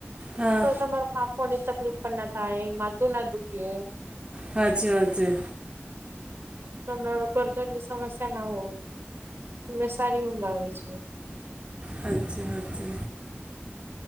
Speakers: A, on the right (about 25°); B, on the right (about 60°).
A: હા
B: તો તમારું આંખોની તકલીફ પણ ન થાય, માથું ન દુખે.
A: હાચી વાત છે.
B: તમને ગરદનની સમસ્યા ન હોય, તમને સારી ઊંઘ આવે છે.
A: હાચી વાત છે